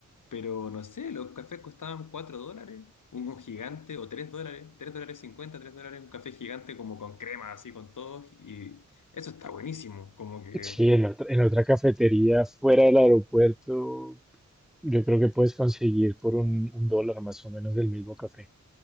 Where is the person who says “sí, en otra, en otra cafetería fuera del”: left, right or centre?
Centre